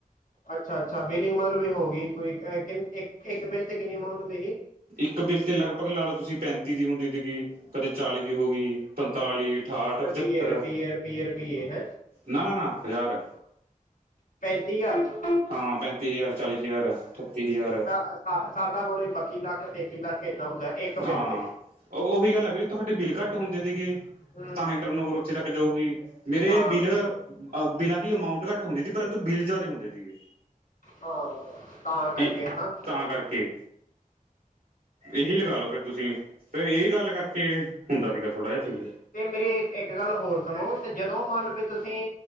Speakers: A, on the left; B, on the right.
A: ਅੱਛਾ- ਅੱਛਾ ਬਿਲਿੰਗ ਮਤਲਬ ਹੋ ਗਈ ਕੋਈ ਇੱਕ, ਇੱਕ ਬਿੱਲ ਤੇ ਕਿੰਨੀ ਅਮਾਊਂਟ ਹੁੰਦੀ ਸੀ।
B: ਇੱਕ ਬਿੱਲ ਤੇ ਲਗਭਗ ਲਾ ਲਓ ਤੁਸੀਂ ਪੈਂਤੀ ਦੀ ਹੁੰਦੀ ਸੀਗੀ, ਕਦੇ ਚਾਲੀ ਦੀ ਹੋ ਗਈ। ਪੰਤਾਲੀ, ਅਠਾਹਠ, ਪਚੱਤਰ
A: ਰੁਪਏ ਰੁਪਏ ਰੁਪਏ ਰੁਪਏ ਹੈ
B: ਨਾ -ਨਾ -ਨਾ ਹਜ਼ਾਰ।
A: ਪੈਂਤੀ ਹਜ਼ਾਰ
B: ਹਾਂ ਪੈਂਤੀ ਹਜ਼ਾਰ, ਚਾਲੀ ਹਜ਼ਾਰ, ਅਠੱਤੀ ਹਜ਼ਾਰ।
A: ਅ ਸਾਡਾ ਮੁੱਲ ਵੀ ਪ ਪੱਚੀ ਲੱਖ, ਤੇਤੀ ਲੱਖ, ਐਦਾਂ ਹੁੰਦਾ ਇੱਕ ਬਿੱਲ
B: ਹਾਂ
A: ਤੇ।
B: ਉਹੀ ਗੱਲ ਹੈ ਵੀਰੇ, ਤੁਹਾਡੇ ਬਿੱਲ ਘੱਟ ਆਉਂਦੇ ਸੀਗੇ,
A: ਹੂੰ
B: ਤਾਂ ਹੀ ਟਰਨ ਓਵਰ ਉੱਥੇ ਤੱਕ ਜਾਊਗੀ ਮੇਰੇ
A: ਹਾਂ
B: ਬਿੱਲ, ਬਿੱਲਾਂ ਦੀ ਅਮਾਊਂਟ ਘੱਟ ਹੁੰਦੀ ਸੀ, ਪਰੰਤੂ ਬਿੱਲ ਜ਼ਿਆਦਾ ਹੁੰਦੇ ਸੀਗੇ।
A: ਹਾਂ, ਤਾਂ ਕਰਕੇ,
B: ਇਹ
A: ਹਨਾ।
B: ਤਾਂ ਕਰਕੇ। ਇਹੀ ਲਗਾ ਲੋ ਫੇਰ ਤੁਸੀਂ, ਫੇਰ ਇਹ ਗੱਲ ਕਰਕੇ, ਹੁੰਦਾ ਸੀਗਾ ਥੋੜਾ ਜਿਹਾ ਫੀਲ
A: ਤੇ ਮੇਰੀ ਇੱਕ, ਇੱਕ ਗੱਲ ਹੋਰ ਸੁਣੋ, ਤੇ ਜਦੋਂ ਮੰਨ ਵੀ ਤੁਸੀਂ